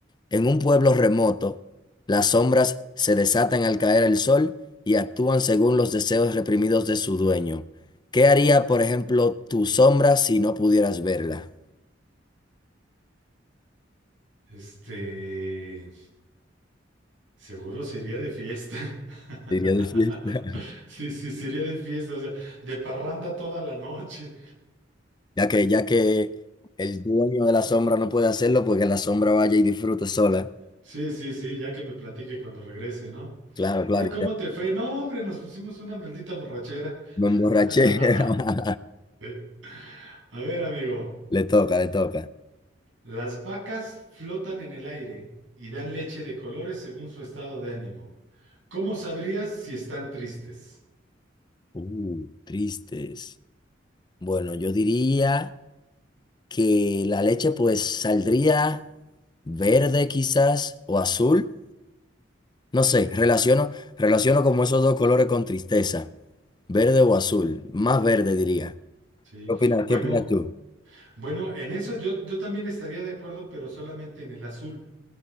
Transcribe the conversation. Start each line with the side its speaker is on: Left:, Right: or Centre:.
Left: en un pueblo remoto, las sombras se desatan al caer el sol y actúan según los deseos reprimidos de su dueño. ¿Qué haría, por ejemplo, tu sombra si no pudieras verla?
Right: Este, seguro sería de fiesta.
Left: Diría
Right: <laughs>
Left: de fiesta.
Right: Sí, sí, sería de fiesta, o sea, de parranda toda la noche.
Left: Ya que, ya que el dueño de la sombra no puede hacerlo, porque la sombra vaya y disfrute sola.
Right: Sí, sí, sí, ya que me platique cuando regrese, ¿no?
Left: Claro, Claro.
Right: Ay, ¿cómo
Left: claro. y te-
Right: te fue? No, hombre, nos pusimos una maldita borrachera.
Left: Me emborraché.
Right: <laughs>
Left: <laughs>
Right: Eh, A ver, amigo,
Left: Le toca, le toca.
Right: las vacas flotan en el aire y dan leche de colores según su estado de ánimo. ¿Cómo sabrías si están tristes?
Left: Uh, tristes. Bueno, yo diría que la leche pues saldría verde quizás o azul. No sé, relaciono, relaciono como esos dos colores con tristeza. Verde o azul. Más verde diría.
Right: Sí.
Left: ¿Qué opinas?
Right: Bueno,
Left: ¿Qué opinas tú?
Right: bueno, en eso yo, yo también estaría de acuerdo, pero solamente en el azul,